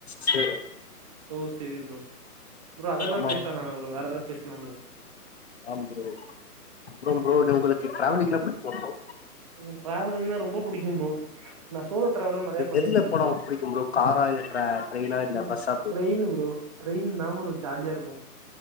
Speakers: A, on the left; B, on the right.
A: சேரு
B: ஓ சேரி ப்ரோ ப்ரோ அதெல்லாம்
A: அம்மா
B: பேசுவேணா ப்ரோ வேற எதாவ்து பேசலா ப்ரோ
A: ஆம் ப்ரோ ப்ரோ
B: ம்
A: ப்ரோ உங்களுக்கு டிராவலிங்னா புடிக்குமா பரோ
B: கொஞ்சோ ட்ரவலிங்னா ரொம்ப புடிக்கு ப்ரோ நா சோலோ டிராவல்லா நெறைய பண்ணிருக்கே
A: எதுல போனா
B: ப்ரோ
A: புடிக்கும் ப்ரோ காரா இல்ல ட்ரெய்னா இல்ல
B: ம்
A: பஸ்சா
B: ட்ரெயினு ப்ரோ ட்ரயின் தா ப்ரோ ஜாலியாருக்கும்